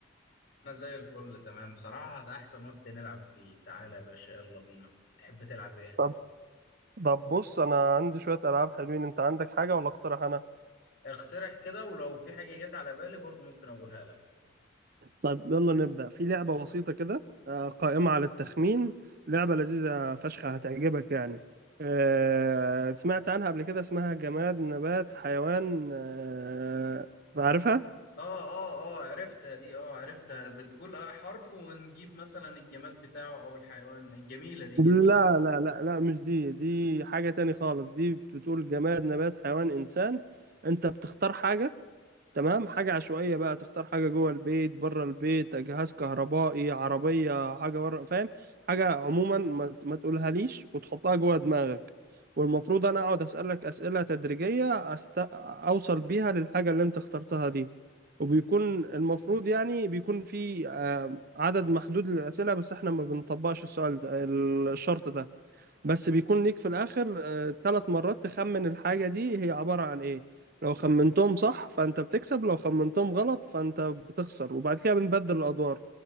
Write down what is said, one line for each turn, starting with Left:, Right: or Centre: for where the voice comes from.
Left: انا زي الفل تمام بصراحة ده احسن وقت نلعب فيه تعالى يا باشا يلا بينا تحب تلعب ايه
Right: طب طب بص انا عندي شوية العاب حلوين انت عندك حاجة ولا اقترح انا
Left: اقترح كده ولو في حاجة جت على بالي برضو ممكن اقولها لك
Right: طيب يلا نبدأ في لعبة بسيطة كده آه، قائمة على التخمين لعبة لذيذة فشخة هتعجبك يعني آه، سمعت عنها قبل كده اسمها جماد نبات حيوان آه، عارفها؟
Left: اه اه اه عرفتها دي اه عرفتها بتقول اه حرف ونجيب مثلا الجماد بتاعه او الحيوان الجميلة دي
Right: لا
Left: جميلة
Right: لا لا لا مش دي دي حاجة تاني خالص دي بتقول جماد نبات حيوان إنسان أنت بتختار حاجة تمام حاجة عشوائية بقى تختار حاجة جوه البيت بره البيت جهاز كهربائي عربية حاجة بره فاهم حاجة عموما ما, ما تقولها ليش وتحطها جوه دماغك والمفروض أنا أقعد أسألك أسئلة تدريجية أست... أوصل بيها للحاجة اللي أنت اخترتها دي وبيكون المفروض يعني بيكون في آه، عدد محدود للأسئلة بس احنا ما بنطبقش السؤال ده الشرط ده بس بيكون ليك في الآخر ثلاث مرات تخمن الحاجة دي هي عبارة عن إيه لو خمنتهم صح فأنت بتكسب لو خمنتهم غلط فأنت بتخسر وبعد كده بنبدل الأدوار